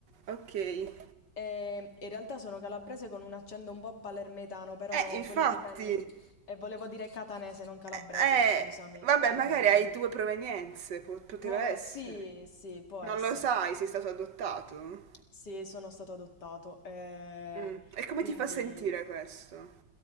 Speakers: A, on the right; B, on the left.
A: ok. Eh,
B: E in realtà sono calabrese con un accento un po' palermitano, però
A: infatti.
B: quello dipende. E volevo dire catanese, non calabrese,
A: Eh,
B: scusami.
A: vabbè,
B: Ehm,
A: magari hai due provenienze. po- poteva
B: può,
A: essere.
B: sì, sì, può
A: Non
B: essere.
A: lo sai, sei stato adottato?
B: Sì, sono stato adottato. eh,
A: Mm. E come
B: quindi
A: ti fa sentire questo?